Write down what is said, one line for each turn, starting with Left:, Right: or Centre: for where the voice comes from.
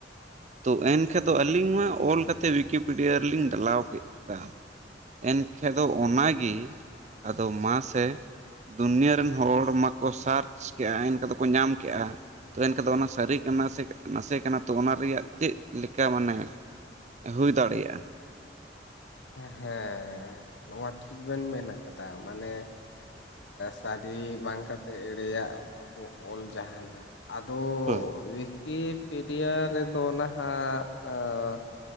Right: ᱛᱚ ᱮᱱᱠᱷᱟᱱ ᱫᱚ ᱟᱹᱞᱤᱧ ᱢᱟ ᱚᱞ ᱠᱟᱛᱮᱜ ᱣᱤᱠᱤᱯᱤᱰᱤᱭᱟ ᱨᱮ ᱞᱤᱧ ᱰᱟᱞᱟᱣ ᱠᱮᱫᱼᱟ ᱮᱱᱠᱷᱟᱱ ᱫᱚ ᱚᱱᱟᱜᱮ ᱟᱫᱚ ᱢᱟᱥᱮ ᱫᱩᱱᱭᱟᱹ ᱨᱮᱱ ᱦᱚᱲ ᱢᱟᱠᱚ ᱥᱟᱨᱪ ᱠᱮᱜᱼᱟ ᱮᱱᱠᱷᱟᱱ ᱫᱚᱠᱚ ᱧᱟᱢ ᱠᱮᱜᱼᱟ᱾ ᱛᱚ ᱮᱱᱠᱷᱟᱱ ᱫᱚ ᱚᱱᱟ ᱥᱟᱹᱨᱤ ᱠᱟᱱᱟ ᱥᱮ ᱱᱟᱥᱮ ᱠᱟᱱᱟ ᱛᱚ ᱚᱱᱟ ᱨᱮᱭᱟᱜ ᱪᱮᱫ ᱞᱮᱠᱟ ᱢᱟᱱᱮ ᱦᱩᱭ ᱫᱟᱲᱮᱭᱟᱜᱼᱟ
Left: ᱦᱮᱸ ᱱᱚᱣᱟ ᱴᱷᱤᱠ ᱵᱮᱱ ᱢᱮᱱ ᱟᱠᱟᱫᱟ ᱢᱟᱱᱮ ᱥᱟᱹᱨᱤ ᱵᱟᱝ ᱠᱟᱛᱮᱜ ᱮᱲᱮᱭᱟᱜ ᱠᱚᱠᱚ ᱚᱞ ᱡᱟᱦᱟᱱᱟ ᱟᱫᱚ
Right: ᱦᱳᱭ
Left: ᱣᱤᱠᱤᱯᱤᱰᱤᱭᱟ ᱨᱮᱫᱚ ᱱᱟᱦᱟᱜ ᱟᱸ